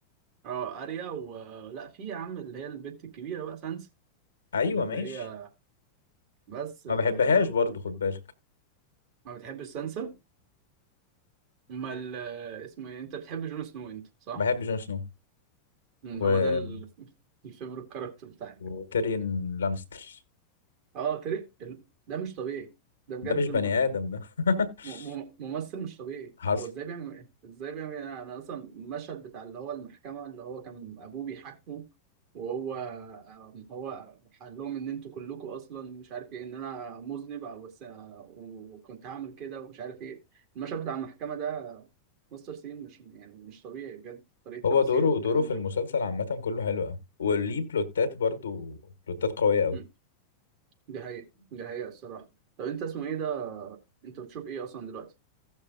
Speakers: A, on the right; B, on the left.
A: اه اريا و لا في يا عم اللي هي البنت الكبيره بقى سانسا
B: ايوه
A: اللي
B: ماشي
A: هي بس آه،
B: ما بحبهاش
A: وال...
B: برضه خد بالك
A: ما بتحبش سانسا ما ال... اسمه ايه انت بتحب جون سنو انت صح
B: بحب جون سنو
A: مم،
B: و...
A: هو ده ال... <laughs> الفيفوريت كاركتر بتاعك
B: وتيريون لانستر
A: اه تري ال... ده مش طبيعي ده بجد
B: ده مش بني آدم ده <laughs>
A: م- م- ممثل مش طبيعي
B: حصل
A: هو ازاي بيعمل ايه ازاي بيعمل ايه انا اصلا المشهد بتاع اللي هو المحكمه اللي هو كان ابوه بيحاكمه وهو هو قال لهم ان انتوا كلكم اصلا مش عارف ايه ان انا مذنب او بس آه، وكنت هعمل كده ومش عارف ايه المشهد بتاع المحكمه ده مستر سين مش يعني مش طبيعي بجد طريقه
B: هو
A: تمثيله
B: دوره
A: والكلام
B: دوره في
A: ده
B: المسلسل عامة كله حلو قوي وليه بلوتات برضو بلوتات قوية قوي
A: م، دي حقيقه دي حقيقه الصراحه طب انت اسمه ايه ده انت بتشوف ايه اصلا دلوقتي